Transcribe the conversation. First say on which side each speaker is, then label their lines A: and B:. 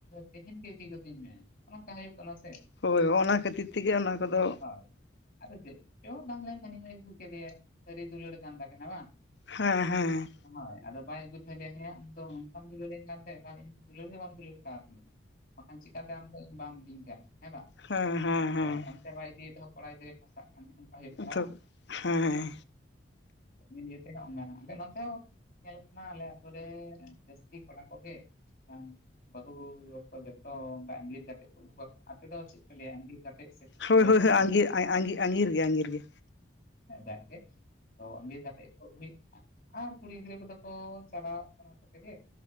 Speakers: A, on the left (about 45°); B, on the left (about 65°).
A: ᱛᱮᱦᱮᱧ ᱜᱮ ᱤᱫᱤ ᱜᱚᱫᱤᱧ ᱢᱮ ᱱᱚᱝᱠᱟ ᱦᱩᱭᱩᱜ ᱠᱟᱱᱟ ᱥᱮ
B: ᱦᱳᱭ ᱚᱱᱶᱟ ᱠᱷᱟᱹᱛᱤᱨ ᱛᱮᱜᱮ ᱚᱱᱟ ᱠᱚᱫᱚ
A: ᱦᱳᱭ ᱟᱫᱚ ᱪᱮ ᱛᱟᱦᱚᱞᱮ ᱦᱟᱱᱤᱦ. ᱟᱹᱜᱩ ᱠᱮᱫᱮᱭᱭᱟ ᱥᱟᱹᱨᱤ ᱫᱩᱞᱟᱹᱲ ᱠᱟᱱ ᱛᱟᱠ ᱵᱟᱝ
B: ᱦᱮᱸ ᱦᱮᱸ
A: ᱦᱳᱭ ᱟᱫᱚ ᱵᱟᱭ ᱟᱹᱜᱩ ᱛᱮ ᱦᱭᱟ ᱟᱢᱫᱚ ᱱᱚᱝᱠᱟᱢ ᱫᱩᱞᱟᱹᱲᱤᱧ ᱠᱟᱱ ᱛᱟᱦᱮᱸᱫ ᱦᱮ ᱟᱢᱫ ᱫᱩᱞᱟᱹᱲ ᱜᱮ ᱵᱟᱢ ᱫᱩᱞᱟᱹᱲ ᱟᱠᱟᱫ ᱛᱟᱦᱮᱸᱟᱹ ᱵᱟᱠᱷᱟᱱ ᱪᱤᱠᱟᱛᱮ ᱟᱢᱫᱚ ᱤᱧ ᱵᱟᱢ ᱤᱫᱤᱧ ᱠᱟᱱᱟ ᱦᱮᱸ ᱵᱟᱝ
B: ᱦᱮᱸ ᱦᱮᱸ
A: ᱛᱚ
B: ᱦᱮᱸ
A: ᱪᱟᱵᱟᱭ ᱤᱫᱤᱭ ᱛᱮᱦᱚᱸ ᱠᱚᱲᱟ ᱜᱤᱫᱽᱨᱟᱹ ᱜᱮ ᱯᱷᱟᱥᱟᱜ ᱠᱟᱱᱟ ᱚᱱᱠᱟ ᱦᱩᱭᱩᱜ ᱠᱟᱱᱟ
B: ᱛᱚ
A: ᱵᱟᱝ
B: ᱦᱮᱸ
A: ᱤᱭᱟᱹᱛᱮ ᱱᱚᱜᱼ ᱟᱞᱮ ᱱᱛᱮ ᱧᱮᱞᱝ ᱠᱟᱱᱟ ᱟᱞᱮ ᱟ ᱟᱹᱛᱩ ᱨᱮ ᱡᱟᱹᱥᱛᱤ ᱠᱚᱲᱟ ᱠᱚᱜᱮ ᱦ ᱵᱟᱦᱩ ᱡᱚᱛᱚ ᱚᱱᱠᱟ ᱟᱸᱜᱤᱨ ᱠᱟᱛᱮᱫ ᱠᱚ ᱟᱹᱜᱩᱠᱟ ᱟᱯᱮᱫ ᱫᱚ ᱪᱮᱫ ᱯᱮ ᱞᱟᱹᱭᱟ ᱟᱸᱜᱤᱨ ᱠᱟᱛᱮᱫ ᱥᱮ ᱪᱮᱫ
B: ᱦᱳᱭ
A: ᱯᱮ ᱞᱟᱹᱭᱟ
B: ᱦᱳᱭ ᱦᱳᱭᱸᱟᱜᱤᱨ ᱜᱮ ᱟᱸᱜᱤᱨ ᱜᱮ ᱟᱸᱜᱤᱨ ᱜᱮ
A: ᱦᱮᱸ ᱛ ᱟᱜ. ᱤᱨ <unintelligible> ᱠᱟᱛᱮᱜ ᱟᱨ ᱠᱩᱲᱤ ᱜᱤᱫᱽᱨᱟᱹ ᱠᱚᱫᱚ ᱠᱚ ᱪᱟᱞᱟᱣᱜ ᱠᱟᱱᱟ ᱠᱚ ᱛᱮᱜᱮ